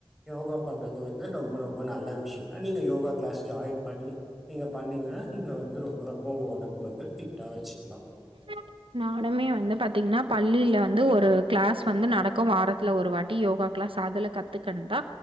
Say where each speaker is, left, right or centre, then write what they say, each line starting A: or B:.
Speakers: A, in the centre; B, on the right (about 85°).
A: யோகா பண்றது வந்து ரொம்ப ரொம்ப நல்ல விஷயம் தா நீங்க யோகா கிளாஸ் ஜாயின் பண்ணி நீங்க பண்ணீங்கன்னா நீங்க வந்து ரொம்ப ரொம்ப உங்க ஒடம்பு வந்து ஃபிட்டா வச்சுக்கலா
B: ஆஹ நானுமே வந்து பாத்தீங்கன்னா பள்ளியில வந்து ஒரு கிளாஸ் வந்து நடக்கு வாரத்துல ஒரு வாட்டி யோகா க்ளாஸ் அதுலா கத்துக்கணுன்தா